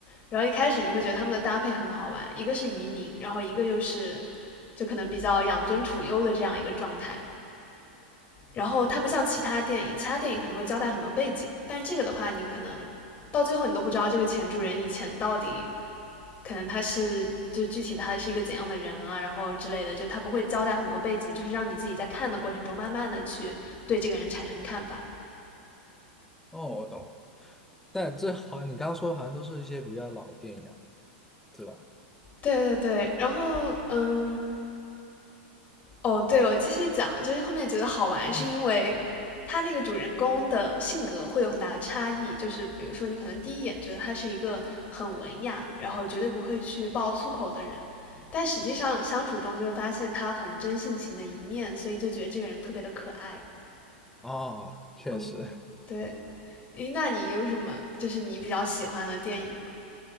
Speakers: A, on the left; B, in the centre.
A: 然后一开始你会觉得他们的搭配很好玩，一个是移民，然后一个又是就可能比较养尊处优的这样一个状态，然后它不像其他电影，其他电影可能会交代很多背景，但这个的话，你可能到最后你都不知道这个前主人以前到底可能他是就具体他是一个怎样的人啊，然后之类的，就他不会交代很多背景，就是让你自己在看的过程中慢慢的去对这个人产生看法。
B: 哦，我懂了。但这好像你刚刚说的好像都是一些比较老的电影啊，对吧？
A: 对对对，然后嗯，哦，对，我继续讲，就是后面觉得好玩，
B: 嗯。
A: 是因为他那个主人公的性格会有很大的差异。就是比如说，你可能第一眼觉得他是一个很文雅，然后绝对不会去爆粗口的人，但实际上相处中就会发现他很真性情的一面，所以就觉得这个人特别的可爱。
B: 哦，确实。
A: 嗯，对。诶，那你有什么就是你比较喜欢的电影吗？